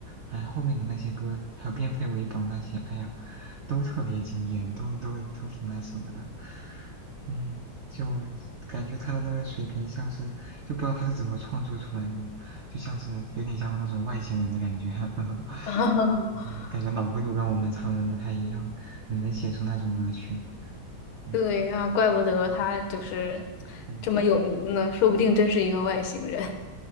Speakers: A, on the right; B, on the left.
A: 哎，后面的那些歌，还有变废为宝那些，哎呀，都特别惊艳，都都都挺那什么的。嗯，就感觉他的那个水平像是，就不知道他是怎么创作出来的，就像是有点像那种外星人的感觉，<laughs>
B: <laughs>
A: 就是感觉脑回路跟我们常人不太一样，能写出那种歌曲。嗯
B: 对啊，怪不得他就是
A: 嗯嗯。
B: 这么有名呢，说不定真是一个外星人